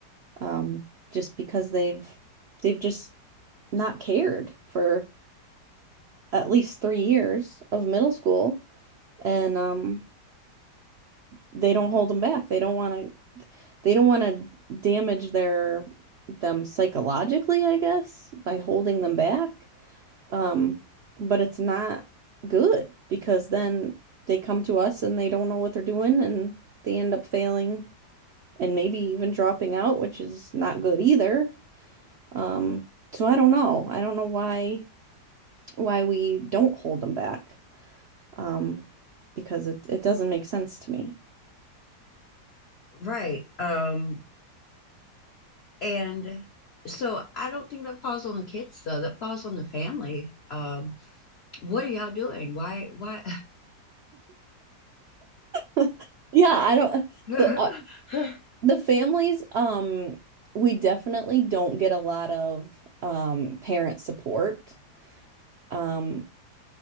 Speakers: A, on the right; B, on the left.
A: Um just because they've they've just not cared for at least three years of middle school, and um, they don't hold them back. They don't want to. They don't want to damage their them psychologically, I guess, by holding them back. Um, but it's not good because then they come to us and they don't know what they're doing and they end up failing and maybe even dropping out, which is not good either. Um, so I don't know. I don't know why why we don't hold them back. um, because it it doesn't make sense to me.
B: right um, and so i don't think that falls on the kids though that falls on the family um, what are y'all doing why why
A: <laughs> Yeah, I don't
B: <laughs>
A: the uh,
B: <laughs>
A: the families um we definitely don't get a lot of um parent support. Um